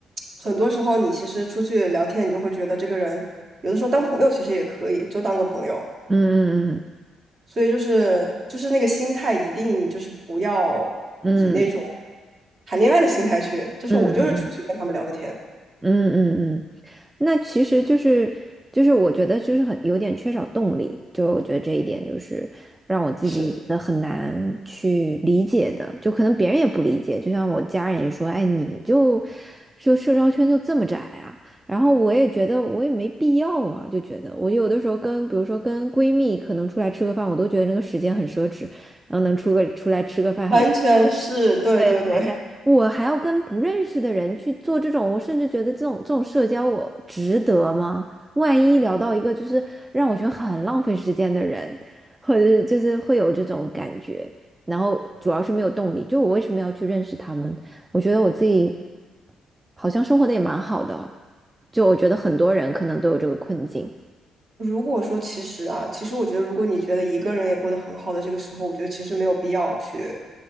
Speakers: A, on the right; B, on the right.
A: 很多时候你其实出去聊天，你就会觉得这个人有的时候当朋友其实也可以，就当个朋友。
B: 嗯嗯
A: 所以就是就是那个心态一定就是不要以那种
B: 嗯
A: 谈恋爱的心态去，就是我就是出去跟他们聊个天，
B: 嗯嗯嗯嗯嗯嗯嗯嗯嗯那其实就是就是我觉得就是很有点缺少动力，就我觉得这一点就是让我自己觉得很难去理解的，
A: 是。
B: 就可能别人也不理解，就像我家人也说，哎，你就就社交圈就这么窄啊，然后我也觉得我也没必要啊，就觉得我有的时候跟比如说跟闺蜜可能出来吃个饭，我都觉得那个时间很奢侈，然后能出个出来吃个饭还
A: 完全是，对对对。
B: 对，还在，我还要跟不认识的人去做这种，我甚至觉得这种这种社交，我值得吗？万一聊到一个就是让我觉得很浪费时间的人，或者是就是会有这种感觉，然后主要是没有动力，就我为什么要去认识他们？我觉得我自己好像生活的也蛮好的哦，就我觉得很多人可能都有这个困境。
A: 如果说其实啊，其实我觉得，如果你觉得一个人也过得很好的这个时候，我觉得其实没有必要去